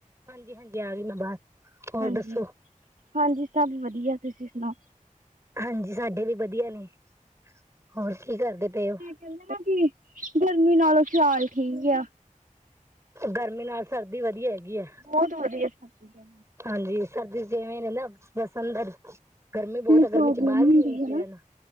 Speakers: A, on the right; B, on the right.
A: ਹਾਂਜੀ, ਹਾਂਜੀ ਆ ਗਈ ਮੈਂ ਬਾਹਰ, ਹੋਰ
B: ਹਾਂਜੀ
A: ਦੱਸੋ
B: ਹਾਂਜੀ, ਸਭ ਵਧੀਆ ਤੁਸੀਂ ਸੁਣਾਓ
A: ਹਾਂਜੀ ਸਾਡੇ ਵੀ ਵਧੀਆ ਨੇ, ਹੋਰ ਕੀ ਕਰਦੇ ਪਏ ਹੋ
B: ਕਹਿੰਦੇ ਨਾ, ਕਿ ਗਰਮੀ ਨਾਲੋਂ ਸਿਆਲ ਠੀਕ ਆ
A: ਗਰਮੀ ਨਾਲ ਸਰਦੀ ਵਧੀਆ ਹੈਗੀ ਹੈ।
B: ਬਹੁਤ ਵਧੀਆ ਸਭ ਚੀਜ਼ਾਂ।
A: ਹਾਂਜੀ, ਸਰਦੀ ਜਿਵੇਂ ਨਾ ਬਸ ਅੰਦਰ ਗਰਮੀ ਬਹੁਤ
B: ਕਿੰਨੀ
A: ਆ ਗਰਮੀ
B: ਪ੍ਰੋਬਲਮ
A: ਚੋ, ਬਾਹਰ
B: ਹੁੰਦੀ
A: ਵੀ ਨੀ ਨਿਕਲੇ ਜਾਣਾ